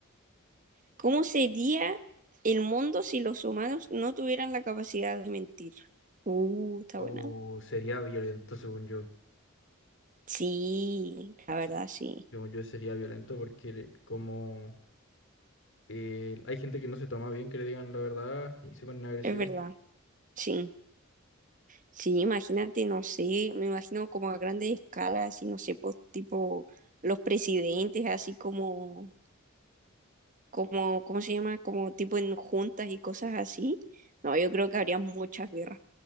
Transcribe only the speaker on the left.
Oh,
sería violento según yo.
Sí,
según yo sería violento porque como... eh, hay gente que no se toma bien que le digan la verdad y se ponen agresivos.